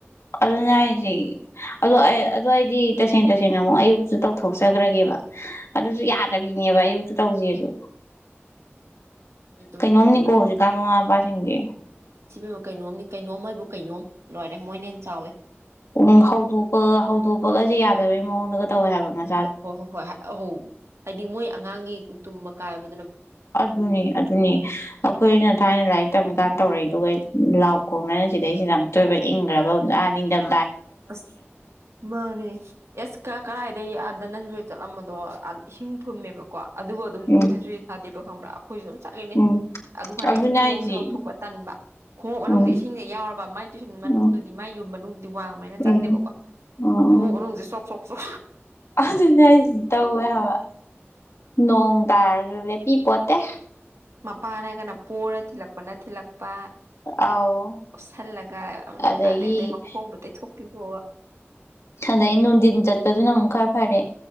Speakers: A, on the left (about 75°); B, on the right (about 80°).
A: ꯑꯗꯨꯅꯗꯤ ꯑꯗꯨ ꯑꯗꯨꯗ ꯑꯩꯗꯤ ꯇꯁꯦꯡ ꯇꯁꯦꯡꯅ ꯑꯃꯨꯛ ꯑꯌꯨꯛꯇ ꯇꯧꯊꯣꯛꯆꯈ꯭ꯔꯒꯦꯕ ꯑꯗꯨꯁꯨ ꯌꯥꯗꯕꯤꯅꯦꯕ ꯑꯌꯨꯛꯇꯨ ꯇꯧꯁꯦꯁꯨ
B: ꯃꯣꯏ ꯇꯨꯝ
A: ꯀꯩꯅꯣꯝꯅꯤꯀꯣ
B: ꯍꯧꯣꯡꯒꯠꯇꯕꯩ
A: ꯍꯧꯖꯤꯛꯀꯥꯟ ꯃꯃꯥ ꯃꯄꯥꯁꯤꯡꯁꯦ
B: ꯁꯤꯕ ꯀꯩꯅꯣꯝ ꯀꯩꯅꯣꯝ ꯍꯥꯏꯕꯨ ꯀꯩꯅꯣ ꯂꯣꯏꯔꯦ ꯃꯣꯏꯅ ꯍꯦꯟꯅ ꯆꯥꯎꯋꯦ
A: ꯎꯝ
B: ꯃꯤ
A: ꯍꯧꯗꯣꯛꯄ ꯍꯧꯗꯣꯛꯄꯒꯁꯦ ꯌꯥꯗꯕꯩ ꯃꯑꯣꯡꯗꯒ ꯇꯧꯋꯦ ꯍꯥꯏ ꯑꯃ
B: ꯍꯣꯏ ꯍꯣ ꯍꯣꯏ ꯑꯍꯣ ꯍꯥꯏꯗꯤ ꯃꯣꯏ ꯑꯉꯥꯡꯒꯤ ꯇꯨꯝꯕ ꯀꯥꯏꯕ
A: ꯑꯗꯨꯅꯤ ꯑꯗꯨꯅꯤ ꯑꯩꯈꯣꯏꯅ ꯊꯥꯏꯅ ꯂꯥꯏꯔꯤꯛ ꯇꯝꯃꯤꯀꯥꯟ ꯇꯧꯔꯛꯏꯗꯨ ꯂꯥꯎ ꯈꯣꯡꯅꯅ ꯁꯤꯗꯩꯁꯤꯗ ꯌꯥꯝ ꯇꯣꯏꯕ ꯏꯪꯈ꯭ꯔꯕꯥ ꯅꯤꯡꯗꯝ
B: ꯑꯁ ꯃꯥꯅꯦ ꯑꯦꯁ ꯀ ꯀ ꯑꯗꯩ ꯑꯥꯗ ꯅꯟ ꯖꯣꯏ ꯆꯠꯂꯝꯕꯗꯣ ꯏꯁꯤꯡ ꯊꯨꯝꯃꯦꯕꯀꯣ ꯑꯗꯨꯕꯨ ꯑꯗꯨꯝ
A: ꯎꯝ
B: ꯆꯣꯏꯁꯟ ꯁꯣꯏ ꯊꯥꯗꯦꯕ ꯑꯃꯔ <inaudible> ꯑꯩꯈꯣꯏꯁꯨ ꯑꯗꯨꯝ ꯆꯠꯂꯤꯅꯤ
A: ꯎꯝ
B: ꯑꯗꯨꯥꯟꯅ
A: ꯑꯗꯨꯅꯦ
B: ꯑꯩꯁꯦ ꯈꯣꯡꯎꯣꯛꯁꯦ
A: ꯍꯥꯏꯁꯦ
B: ꯂꯧꯊꯣꯛꯄ ꯇꯟꯕ ꯈꯣꯡꯉꯞ ꯃꯅꯨꯡꯁꯦ
A: ꯎꯝ
B: ꯏꯁꯤꯡꯁꯦ ꯌꯥꯎꯔꯕ ꯃꯥꯏ ꯇꯨꯏꯁꯟ ꯃꯅꯨꯡꯗꯨꯗꯤ
A: ꯎꯝ
B: ꯃꯥꯥꯏ ꯌꯨꯝ ꯃꯅꯨꯡ ꯑꯗꯨ ꯋꯥ
A: ꯎꯝ
B: ꯆꯪꯗꯦꯕꯀꯣ
A: ꯑꯣ
B: ꯈꯣꯡꯎꯞꯅꯨꯡꯁꯦ ꯁꯣꯛ ꯁꯣꯛ ꯑ
A: ꯑꯗꯨꯅꯦ ꯑꯩꯁꯤ ꯇꯧꯋꯦ ꯍꯥꯏꯕ ꯅꯣꯡ ꯇꯥꯔꯒ ꯄꯄꯠꯇ
B: ꯃꯄꯥꯟꯅ ꯍꯥꯏꯔꯒꯅ ꯄꯣꯔꯔ ꯊꯤꯜꯂꯛꯄꯅ ꯊꯤꯜꯂꯛꯄ ꯄ
A: ꯑꯥꯎ
B: ꯑꯣꯞ ꯁꯜ ꯂ ꯃꯅꯨꯡ
A: ꯑꯗꯒꯤ
B: ꯇꯥꯅ ꯑꯗꯩ ꯃꯈꯣꯡꯕꯨ ꯇꯩꯊꯣꯛꯄꯤꯕꯣ
A: ꯑꯗꯩ ꯅꯨꯡꯊꯤꯟ ꯆꯠꯄꯗꯨꯅ ꯑꯃꯨꯛ ꯈꯔ ꯐꯔꯦ